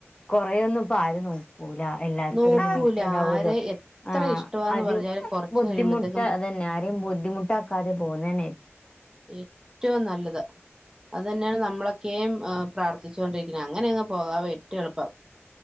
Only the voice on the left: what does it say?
കൊറേ ഒന്നും ഇപ്പം ആരു നോ കൂല എല്ലാർക്കും
ഒരു ലിമിറ്റ് ഉണ്ടാവുല്ലോ
ആഹ്
അത്
ബുദ്ധിമുട്ട്
അത് തന്നെ ആരെയും ബുദ്ധിമുട്ടാക്കാതെ പോകുന്നന്നെ